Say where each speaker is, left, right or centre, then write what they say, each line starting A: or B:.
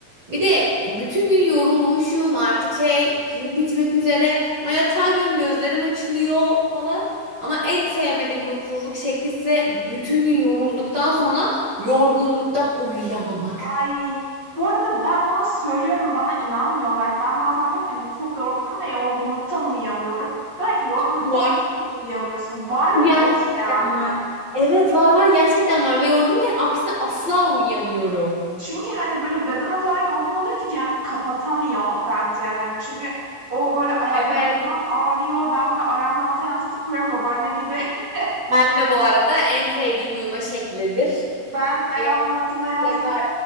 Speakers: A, on the right (about 55°); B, on the right (about 40°).
A: bir de bütün gün yorulmuşum artık şey pilim bitmek üzere ama yatağa göm gözlerim açılıyor falan. Ama en sevmediğim uykusuzluk şekli ise bütün gün yorulduktan sonra yorgunluktan uyuyamamak.
B: Ay, bu arada ben bunu söylüyorum bana inanmıyorlar. Ben bazen diyorum ki hani çok yorgunum ve yorgunluktan uyuyamıyorum. Diyorlar ki yorgunluktan
A: Var.
B: nasıl uyuyamıyorsun? Var
A: Bu
B: böyle
A: Gerçekten
B: bir şey abi.
A: var. Evet var var gerçekten var ve yorgunken aksine asla uyuyamıyorum.
B: Çünkü hani böyle beden o kadar yorgun oluyor ki kendini kapatamıyor bence. Hani çünkü o böyle ayaklarım
A: Evet.
B: falan ağrıyor. Ben böyle ayağımın altına yastık koyuyorum babaanne gibi. <laughs>
A: Ben de bu arada en sevdiğim uyuma şeklidir.
B: Ben ayağımın
A: Yani
B: altına yastık
A: mutlaka